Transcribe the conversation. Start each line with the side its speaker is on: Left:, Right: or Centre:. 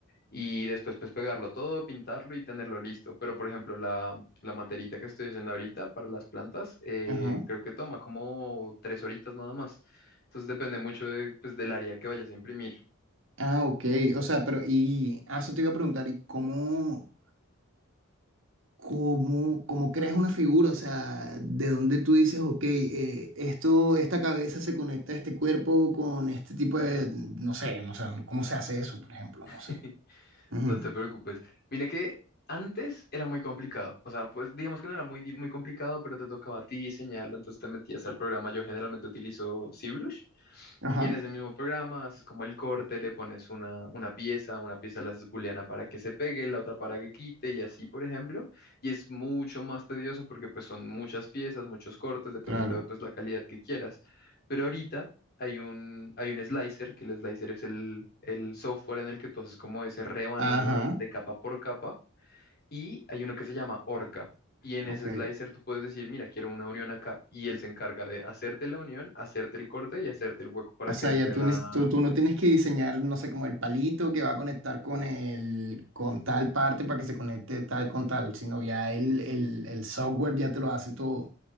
Left: y después pues pegarlo todo, pintarlo y tenerlo listo. Pero por ejemplo, la, la materita que estoy haciendo ahorita para las plantas, eh,
Right: Ajá.
Left: creo que toma como 3 horitas nada más. Entonces depende mucho de, pues, del área que vayas a imprimir.
Right: Ah, ok. O sea, pero y ah, eso te iba a preguntar, ¿y cómo, cómo, cómo creas una figura? O sea, ¿de dónde tú dices, ok, eh, esto, esta cabeza se conecta a este cuerpo con este tipo de, no sé, no sé, ¿cómo se hace eso, por ejemplo? No
Left: <laughs>
Right: sé. Ujú.
Left: No te preocupes. Mira que antes era muy complicado. O sea, pues digamos que no era muy, di- muy complicado, pero te tocaba a ti diseñarlo, entonces te metías al programa. Yo generalmente utilizo ZBrush
Right: Ajá,
Left: y en ese mismo programa haces como el corte, le pones una, una pieza, una pieza la haces booleana para que se pegue, la otra para que quite y así, por ejemplo. Y es mucho más tedioso porque pues son muchas piezas, muchos cortes, dependiendo
Right: claro.
Left: de pues la calidad que quieras. Pero ahorita hay un, hay un slicer, que el slicer es el, el software en el que tú haces como ese rebanado
Right: Ajá,
Left: de capa por capa, y hay uno que se llama Orca. Y en
Right: ok.
Left: ese slicer tú puedes decir, mira, quiero una unión acá. Y él se encarga de hacerte la unión, hacerte el corte y hacerte el hueco para
Right: O sea,
Left: que entre
Right: ya tú,
Left: la...
Right: ni- tú, tú no tienes que diseñar, no sé, como el palito que va a conectar con el, con tal parte para que se conecte tal con tal, sino ya el, el, el software ya te lo hace todo.